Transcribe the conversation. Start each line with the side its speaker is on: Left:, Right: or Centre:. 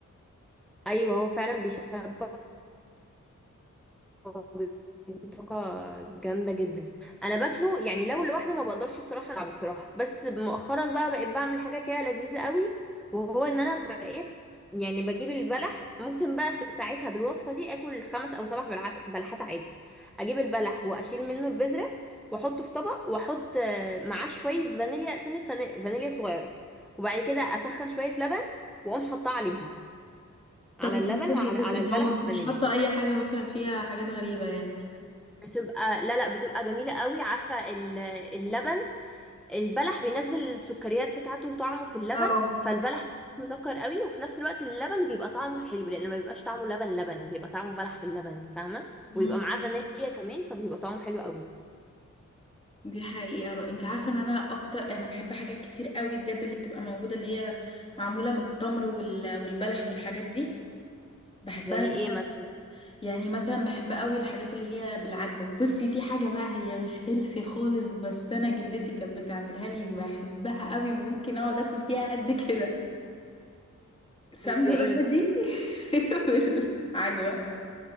Centre: ايوه هو فعلا بيشبع وبيدي طاقة جامدة جدا انا باكله يعني لو لوحده ما بقدرش الصراحة ألعب بصراحة بس مؤخرا بقى بقيت بعمل حاجة كده لذيذة قوي وهو ان انا بقيت يعني بجيب البلح ممكن بقى في ساعتها بالوصفة دي اكل خمس او سبع بلعات- بلحات عادي اجيب البلح واشيل منه البذرة واحطه في طبق واحط آه، معاه شوية فانيليا سنة فاني- فانيليا صغيرة وبعد كده اسخن شوية لبن واقوم حاطاه عليهم
Left: طب
Centre: على
Left: ما
Centre: اللبن
Left: ده
Centre: وعلى
Left: صحي جدا
Centre: على البلح
Left: هو انت
Centre: بالفانيليا
Left: مش حاطة اي حاجة مثلا فيها حاجات غريبة يعني
Centre: بتبقى لا لا بتبقى جميلة قوي عارفة ال- اللبن البلح بينزل السكريات بتاعته وطعمه في اللبن
Left: اه
Centre: فالبلح مسكر قوي وفي نفس الوقت اللبن بيبقى طعمه حلو لان ما بيبقاش طعمه لبن لبن بيبقى طعمه بلح باللبن فاهمة
Left: مم.
Centre: ويبقى معاه فانيليا كمان فبيبقى طعمه حلو قوي
Left: دي حقيقة بقى انت عارفة ان انا اكتر انا بحب حاجات كتير قوي بجد اللي بتبقى موجودة اللي هي معمولة من التمر وال... والبلح والحاجات دي بحبها
Centre: زي
Left: جدا
Centre: ايه مثلا
Left: بجد. يعني مثلا بحب قوي الحاجات اللي هي بالعجوة بصي في حاجة بقى هي مش هيلسي خالص بس انا جدتي كانت بتعملها لي بحبها قوي وممكن اقعد اكل فيها قد كده سمنة
Centre: هي ايه
Left: بلدي <laughs> بالعجوة